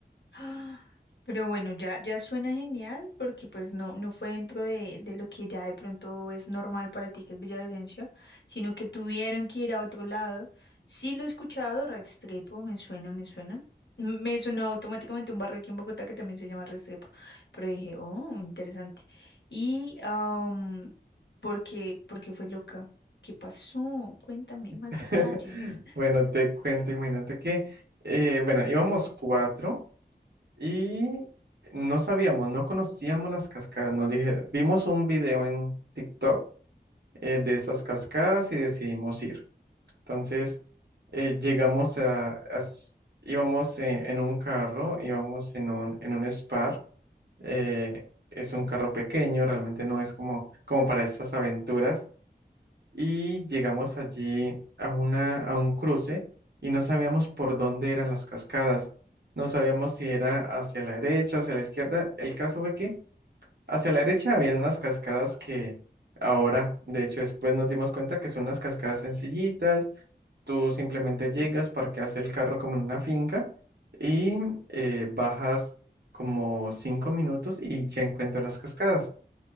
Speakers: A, on the left; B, on the right.
A: Ah, Pero bueno, ya, ya suena genial porque pues no, no fue dentro de, de lo que ya de pronto es normal para ti, que es Villavicencio, sino que tuvieron que ir a otro lado. Sí lo he escuchado, Restrepo, me suena, me suena. M- Me sonó automáticamente un barrio aquí en Bogotá que también se llama Restrepo, pero dije, oh, interesante. Y, am, ¿por qué, por qué fue loca? ¿Qué pasó? Cuéntame más
B: <laughs>
A: detalles.
B: Bueno, te cuento, imagínate que, eh, bueno, íbamos cuatro Y no sabíamos, no conocíamos las cascadas. Nos dije, vimos un video en TikTok eh, de esas cascadas y decidimos ir. Entonces, eh, llegamos a, as- íbamos eh, en un carro, íbamos en un, en un Spar. eh, es un carro pequeño, realmente no es como, como para esas aventuras y llegamos allí a una, a un cruce y no sabíamos por dónde eran las cascadas. No sabíamos si era hacia la derecha, hacia la izquierda. El caso fue que hacia la derecha había unas cascadas que ahora, de hecho, después nos dimos cuenta que son unas cascadas sencillitas. Tú simplemente llegas, parqueas el carro como en una finca y eh, bajas como cinco minutos y ya encuentras las cascadas.